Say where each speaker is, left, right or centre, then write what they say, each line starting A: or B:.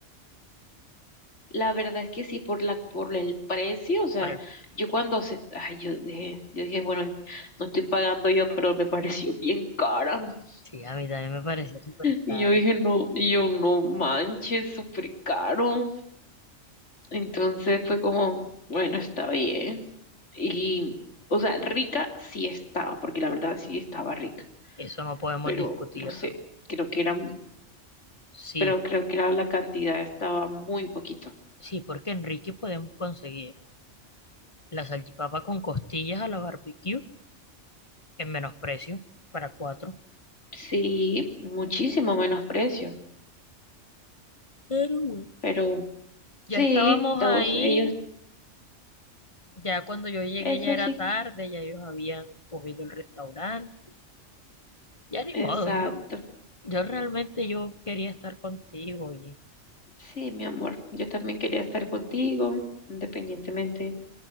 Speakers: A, on the left; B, on the left.
A: La verdad es que sí, por la, por el precio, o sea,
B: Por el,
A: yo cuando se, ay, yo dije, yo dije, bueno, no estoy pagando yo, pero me pareció bien cara. <laughs>
B: sí, a mí también me pareció súper
A: Y
B: caro.
A: yo dije, no, y yo no manches, súper caro. Entonces fue como, bueno, está bien. Y, o sea, rica sí estaba, porque la verdad sí estaba rica,
B: Eso no podemos
A: pero
B: discutirlo.
A: no sé, creo que era, mu-
B: Sí,
A: pero
B: por-
A: creo que era la cantidad estaba muy poquito.
B: sí, porque en Ricky podemos conseguir la salchipapa con costillas a la barbecue en menos precio para cuatro.
A: Sí, muchísimo menos precio,
B: pero bueno.
A: pero
B: Ya
A: sí,
B: estábamos
A: todos
B: ahí,
A: ellos,
B: ya cuando yo llegué
A: eso
B: ya era
A: sí,
B: tarde, ya ellos habían cogido el restaurante. Ya ni
A: exacto.
B: modo, yo, yo realmente yo quería estar contigo y,
A: Sí, mi amor, yo también quería estar contigo, independientemente.